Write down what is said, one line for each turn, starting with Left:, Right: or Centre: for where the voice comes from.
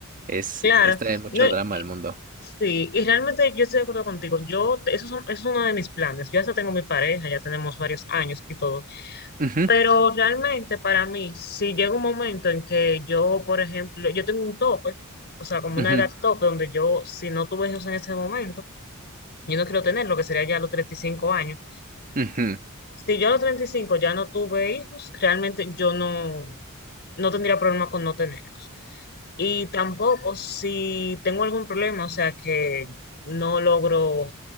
Right: es,
Left: claro.
Right: es traer mucho
Left: No,
Right: drama al mundo.
Left: sí, y realmente yo estoy de acuerdo contigo. Yo, eso, son- es uno de mis planes. Yo hasta tengo mi pareja, ya tenemos varios años y todo.
Right: Ujú,
Left: Pero realmente para mí, si llega un momento en que yo, por ejemplo, yo tengo un tope, o sea, como
Right: ujú,
Left: una edad tope, donde yo, si no tuve hijos en ese momento, yo no quiero tener lo que sería ya a los 35 años,
Right: ujú,
Left: si yo a los 35 ya no tuve hijos, realmente yo no, no tendría problema con no tenerlos. Y tampoco si tengo algún problema, o sea, que no logro